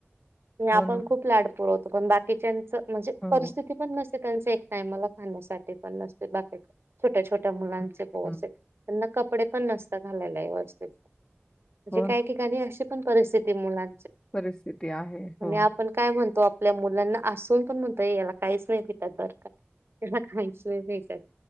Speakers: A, on the right; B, on the left.
A: आणि
B: हो
A: आपण
B: ना.
A: खूप लाड पुरवतो पण बाकीच्यांच म्हणजे,
B: हो.
A: परिस्थिती पण नसते त्यांच एक टायमाला खाण्यासाठी ते पण नसतेत बाकी छोट्या, छोट्या, मुलांचे
B: हं,
A: गॉसेप
B: हं.
A: त्यांना कपडे पण नसता घालायला व्यवस्थित, म्हणजे
B: हो
A: काही
B: ना.
A: ठिकाणी अशी पण परिस्थिती मुलां
B: परिस्थिती आहे.
A: आणि
B: हो.
A: आपण काय म्हणतो आप आपल्या मुलांना असून पण म्हणतय, याला काहीच नाही भेटत बर का? खायचंय वैताग